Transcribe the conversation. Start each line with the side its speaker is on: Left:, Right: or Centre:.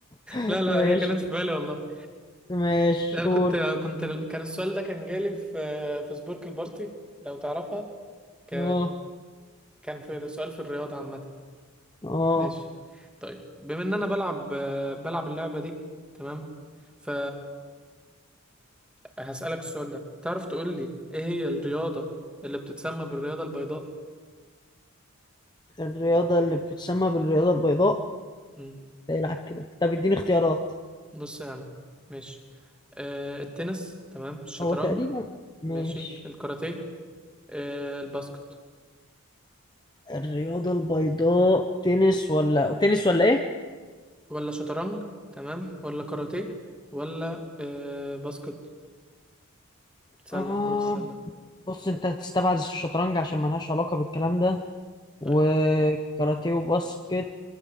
Left: <laughs>
Centre: لا لا
Left: ماشي
Centre: هي كانت في بالي والله
Left: ماشي
Centre: انا
Left: قول
Centre: كنت كنت كان السؤال ده كان جالي في في سبورك البارتي لو تعرفها ك...
Left: اه
Centre: كان في سؤال في الرياضة عامة
Left: اه
Centre: ماشي طيب بما ان انا بلعب بلعب اللعبة دي تمام ف هسألك السؤال ده تعرف تقول لي ايه هي الرياضة اللي بتتسمى بالرياضة البيضاء
Left: الرياضة اللي بتتسمى بالرياضة البيضاء
Centre: مم.
Left: ده يلعب كده طب اديني اختيارات
Centre: بص يا عم ماشي آه التنس تمام الشطرنج
Left: هو تقريبا ماشي
Centre: ماشي الكاراتيه آه الباسكت
Left: الرياضة البيضاء تنس ولا تنس ولا ايه؟
Centre: ولا شطرنج تمام ولا كاراتيه ولا آه باسكت سلة
Left: اه
Centre: كرة السلة
Left: بص انت هتستبعد الشطرنج عشان ملهاش علاقة بالكلام ده وكاراتيه
Centre: أيوة
Left: وباسكت